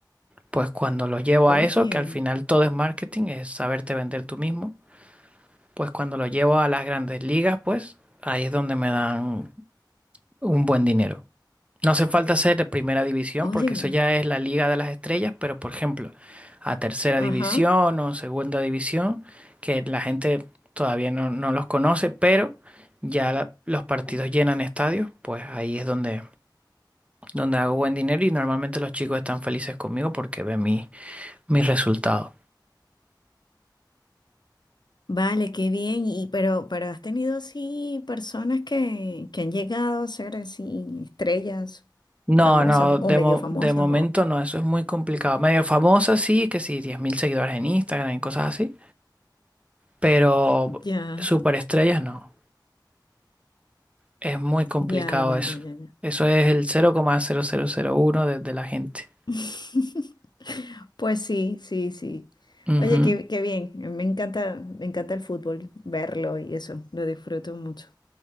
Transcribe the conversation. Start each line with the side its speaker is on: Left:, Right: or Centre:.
Right: Pues cuando lo llevo
Left: Oye,
Right: a eso, que al final todo es marketing, es saberte vender tú mismo, pues cuando lo llevo a las grandes ligas, pues ahí es donde me dan un buen dinero. No hace falta ser de primera división
Left: oye.
Right: porque eso ya es la Liga de las Estrellas, pero por ejemplo, a tercera división
Left: Ajá.
Right: o segunda división, que la gente todavía no, no los conoce, pero ya la- los partidos llenan estadios, pues ahí es donde, donde hago buen dinero y normalmente los chicos están felices conmigo porque ven mi, mis resultados.
Left: Vale, qué bien. Y pero, pero has tenido así personas que, que han llegado a ser así estrellas
Right: No,
Left: famosas
Right: no, de,
Left: o medio
Right: mo-
Left: famosas
Right: de momento
Left: o
Right: no, eso es muy complicado. Medio famosa sí, que sí, 10.000 seguidores en Instagram y cosas así, pero
Left: ya,
Right: superestrellas no. Es muy complicado
Left: ya, ya,
Right: eso.
Left: ya, ya. ya.
Right: Eso es el 0,0001 de, de la gente.
Left: <laughs> Pues sí, sí, sí.
Right: Ujú.
Left: Oye, qué, qué bien. Me encanta, me encanta el fútbol, verlo y eso. Lo disfruto mucho.